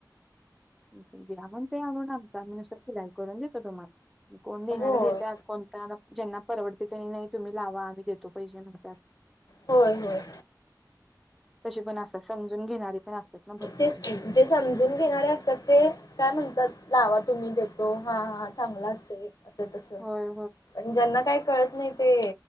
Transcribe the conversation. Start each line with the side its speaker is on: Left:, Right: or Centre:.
Centre: आणून द्या आणून देणार असाल तर शिलाई करून देतो. तुम्हाला कोण देणारं
Left: होय
Centre: देत्यात कोण <inaudible> ज्याना परवडतय त्यांनी नाही तुम्ही लावा आम्ही देतो. पैशे म्हणत्यात.
Left: होय होय.
Centre: तशे पण असत्यात समजून घेणारे पण असतात ना भरपूर
Left: तेच
Centre: जण
Left: की जे समजून घेणारे असतात ते काय म्हणतात लावा तुम्ही देतो हा हा चांगला असतय आता तस
Centre: होय
Left: पण ज्यांना काही कळत नाही ते